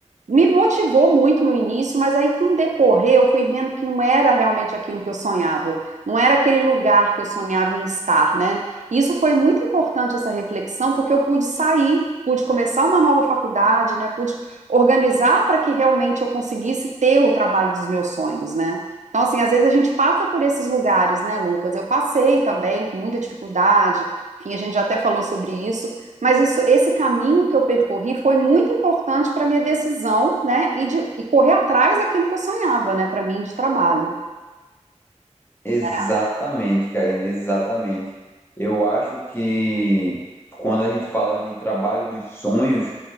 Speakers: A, on the right; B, on the left.
A: me motivou muito no início, mas aí com o decorrer eu fui vendo que não era realmente aquilo que eu sonhava, não era aquele lugar que eu sonhava em estar, né? E isso foi muito importante essa reflexão, porque eu pude sair, pude começar uma nova faculdade, né? Pude organizar para que realmente eu conseguisse ter o trabalho dos meus sonhos, né? Então, assim, às vezes a gente passa por esses lugares, né, Lucas? Eu passei também, com muita dificuldade, enfim, a gente já até falou sobre isso, mas isso, esse caminho que eu percorri foi muito importante para minha decisão, né, e, de, e correr atrás daquilo que eu sonhava, né, para mim de trabalho.
B: exatamente,
A: né?
B: Karina, exatamente. Eu acho que quando a gente fala de trabalho dos sonhos,